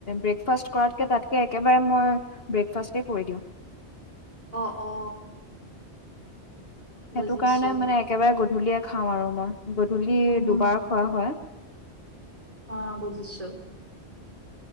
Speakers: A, on the left; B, on the right.
A: ব্ৰেকফাষ্ট কৰাতকৈ তাতকৈ একেবাৰে মই ব্ৰেকফাষ্টেই কৰি দিওঁ
B: অ অ
A: সেইটো
B: বুজিছো
A: কাৰণে মানে একেবাৰে গ খাওঁ আৰু মই গধূলি
B: উম, হুম,
A: দুবাৰ খোৱা হয়
B: অ বুজিছো